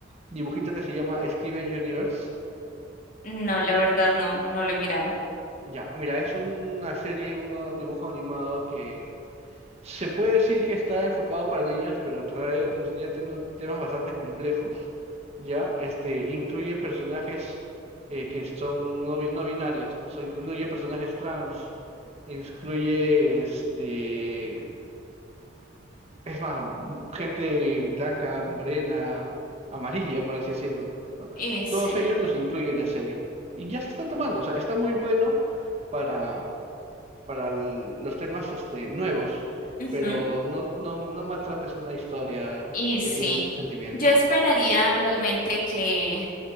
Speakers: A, on the right; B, on the left.
A: dibujito que se llama Steven Universe.
B: No, la verdad no, no lo he mirado.
A: Ya, mira, es una serie, un dibujo animado que se puede decir que está enfocado para niños, pero en realidad, en realidad tiene un- temas bastante complejos. Ya, este, incluye personajes eh, que son no, bi- no binarios, ¿no? So, incluye personajes trans, incluye este. Es más, m- gente blanca, morena, amarilla, por así decirlo, ¿no?
B: Ese.
A: Todos ellos los incluyen en la serie. Y ya se está tomando, o sea, está muy bueno para, para l- los temas este, nuevos, pero
B: ujú,
A: no, no, no maltrates una historia
B: Y sí,
A: que tiene mucho sentimiento.
B: yo esperaría realmente que,